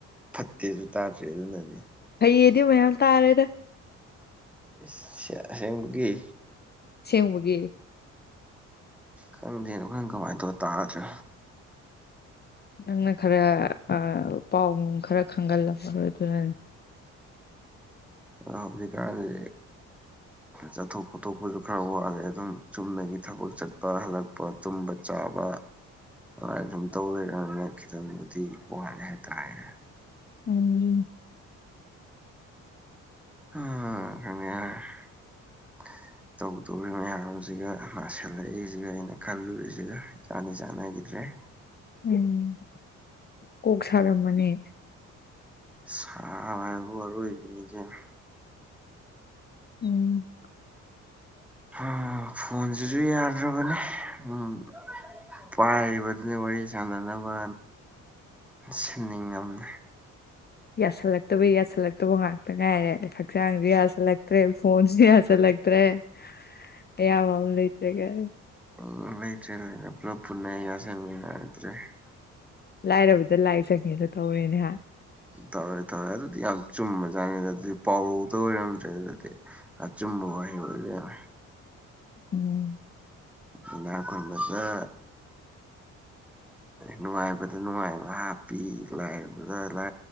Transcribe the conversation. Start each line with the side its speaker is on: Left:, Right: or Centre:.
Centre: ꯐꯠꯇꯦꯁꯨ ꯇꯥꯗ꯭ꯔꯤ ꯑꯗꯨꯅꯅꯦ꯫
Left: ꯐꯩꯌꯦꯗꯤ ꯃꯌꯥꯝ ꯇꯥꯔꯦꯗ꯫
Centre: ꯏꯁ ꯁ ꯑꯁꯦꯡꯕꯒꯤ꯫
Left: ꯁꯦꯝꯕꯒꯤ
Centre: ꯈꯪꯗꯦꯅꯦ ꯑꯩꯈꯣꯏꯅ ꯀꯃꯥꯏꯅ ꯇꯧ ꯇꯥꯗ꯭ꯔꯣ꯫
Left: ꯅꯪꯅ ꯈꯔ ꯑꯥ ꯄꯥꯎ ꯅꯨꯡ ꯈꯔ ꯈꯪꯒꯜꯂꯝꯃꯔꯣꯏ ꯑꯗꯨꯅ
Centre: ꯑ ꯍꯧꯖꯤꯀꯥꯟꯖꯦ ꯆꯠꯊꯣꯛ ꯈꯣꯊꯣꯛꯄꯁꯨ ꯈꯔ ꯋꯥꯠꯂꯦ ꯑꯗꯨꯝ ꯆꯨꯝꯅꯒꯤ ꯊꯕꯛ ꯆꯠꯄ ꯍꯜꯂꯛꯄ ꯄ ꯇꯨꯝꯕ ꯆꯥꯕ ꯑꯗꯨꯝ ꯇꯧ ꯂꯩꯔꯅꯤ ꯈꯤꯇꯪꯕꯨꯗꯤ ꯋꯥꯠꯂꯦ ꯍꯥꯏꯇꯥꯔꯦ꯫
Left: ꯎ
Centre: ꯑ <unintelligible> ꯇꯧꯗꯧꯔꯤ ꯃꯌꯥꯝꯁꯤꯒ ꯅꯥꯁꯤꯜꯂꯛꯏꯁꯤꯒ ꯑꯩꯅ ꯈꯜꯂꯨꯔꯤꯁꯤꯒ ꯏꯆꯥꯟ ꯗꯤ ꯆꯥꯟꯅꯈꯤꯗ꯭ꯔꯦꯍꯦ꯫
Left: ꯎꯝ ꯀꯣꯛ ꯁꯥꯔꯝꯃꯅꯤ꯫
Centre: ꯁꯥ <unintelligible> ꯑꯔꯣꯢꯕꯤꯅꯤ ꯏꯕꯦꯝꯃ
Left: ꯎꯝ꯫
Centre: ꯍꯥ ꯐꯣꯟꯁꯤꯁꯨ ꯌꯥꯗ꯭ꯔꯕꯅꯦ ꯎꯝ ꯄꯥꯏꯔꯤꯕꯗꯨꯅ ꯋꯥꯔꯤ ꯁꯥꯟꯅꯅꯕ ꯁꯤꯟꯅꯤꯡꯉꯝꯃꯦ
Left: ꯌꯥꯁꯜꯂꯛꯇꯕ ꯌꯥꯁꯜꯂꯛꯇꯕ ꯉꯥꯛꯇ ꯉꯥꯏꯔꯦ ꯍꯛꯆꯥꯡꯖꯤ ꯌꯥꯖꯤꯜꯂꯛꯇ꯭ꯔꯦ ꯐꯣꯟꯁ ꯌꯥꯁꯜ ꯂꯥꯛꯇ꯭ꯔꯦ ꯑꯦ ꯀꯌꯥꯝ ꯂꯩꯇꯔꯒꯦ
Centre: ꯎ ꯂꯩꯇ꯭ꯔꯦ ꯂꯩꯅ ꯄꯨꯂꯞ ꯄꯨꯟꯅ ꯌꯥꯁꯪꯃꯤꯟꯅꯔꯗꯔꯦ <unintelligible>
Left: ꯂꯥꯏꯔꯕꯗ ꯂꯥꯏ ꯆꯪꯉꯦꯗꯨ ꯇꯧꯔꯦꯅꯦ ꯍꯥꯏ
Centre: ꯇꯧꯋꯦ ꯇꯧꯋꯦ ꯑꯗꯨꯗꯤ ꯌꯥꯝ ꯆꯨꯝꯕꯖꯥꯠꯅꯤꯗ ꯑꯗꯨꯗꯤ ꯄꯥꯎꯔꯧꯗ ꯑꯣꯏꯔꯝꯗ꯭ꯔꯦ ꯑꯗꯨꯗꯤ ꯑꯆꯨꯝꯕ ꯋꯥꯍꯩ ꯑꯣꯏꯕ ꯌꯥꯔ
Left: ꯎꯝ
Centre: ꯏꯅꯥ ꯈꯨꯟꯕꯗ ꯅꯨꯡꯉꯥꯏꯕꯗ ꯅꯨꯡꯉꯥꯏꯕ ꯍꯥꯞꯄꯤ ꯂꯥꯏꯔꯕꯗ